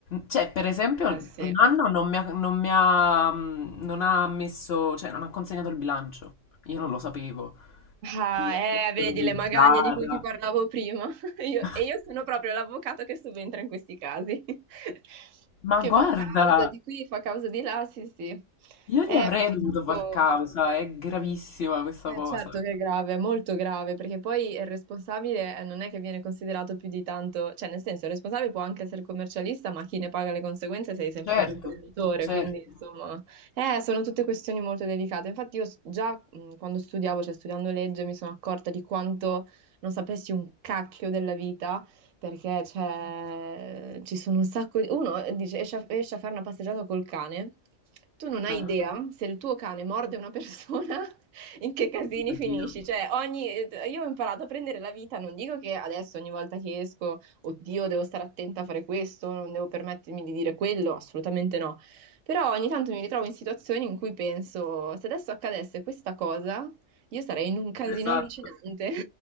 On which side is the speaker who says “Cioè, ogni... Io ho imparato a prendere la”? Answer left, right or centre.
Right